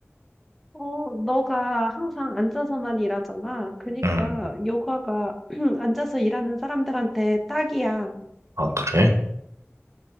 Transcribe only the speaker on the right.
응.
아, 그래?